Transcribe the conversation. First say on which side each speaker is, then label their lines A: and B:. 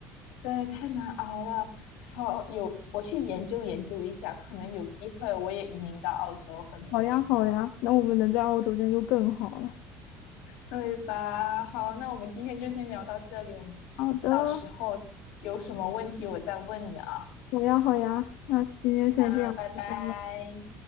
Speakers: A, on the left; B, on the left.
A: 对，太难熬了。好，有，我去研究研究一下，可能有机会我也移民到澳洲和你一起，
B: 好呀，好呀，那我们能在澳洲见就更好了。
A: 对吧？好，那我们今天就先聊到这里，我们
B: 好的，
A: 到时候有什么问题我再问你啊。
B: 好呀，好呀，那今天先这样，
A: 啊，拜拜。
B: 拜拜。